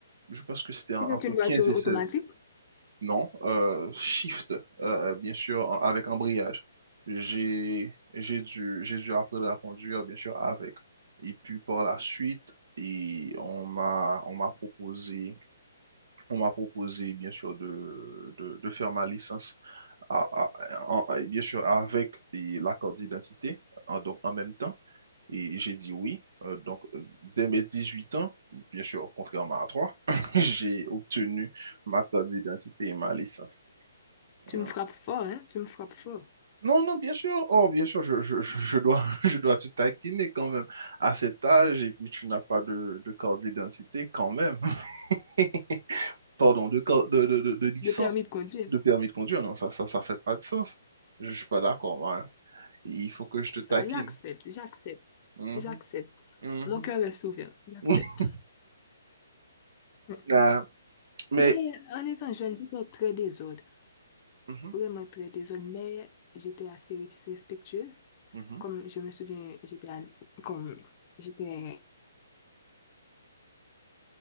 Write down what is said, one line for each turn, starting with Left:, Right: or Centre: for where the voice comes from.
Right: je pense que c'était en-
Left: Si C'est
Right: entre
Left: une voiture
Right: 15 et
Left: automatique.
Right: 16. Non, euh, shift, euh, bien sûr, en-
Left: Ok.
Right: avec embrayage. J'ai, j'ai dû, j'ai dû apprendre à conduire, bien sûr, avec. Et puis par la suite, et on m'a, on m'a proposé, on m'a proposé, bien sûr, de, de, de faire ma licence, à- à- en- bien sûr, avec et la carte d'identité, en- donc en même temps. Et j'ai dit oui. Euh, donc, euh, dès mes 18 ans, bien sûr, contrairement à toi, <laughs> j'ai obtenu ma carte d'identité et ma licence.
Left: Tu
Right: Mm.
Left: me frappes fort, hein? Tu me frappes fort.
Right: Non, non, bien sûr. Oh, bien sûr, je, je, je- je dois, <laughs> je dois te taquiner quand même à cet âge. Et puis, tu n'as pas de, de carte d'identité quand même. <laughs> Pardon, de, car- de, de, de- de licence,
Left: Le permis de conduire.
Right: de permis de conduire. Non, ça, ça, ça fait pas de sens. Je, je suis pas d'accord, moi. hein. Il faut que je te
Left: Ça,
Right: taquine.
Left: j'accepte, j'accepte,
Right: Mhm,
Left: j'accepte.
Right: mhm.
Left: Mon cœur est ouvert, j'accepte.
Right: <laughs>
Left: Mm.
Right: Ah, mais,
Left: Mais en étant jeune, j'étais très désordre,
Right: mhm,
Left: vraiment très désordre, mais j'étais assez res- respectueuse.
Right: mhm.
Left: Comme je me souviens, j'étais à, comme j'étais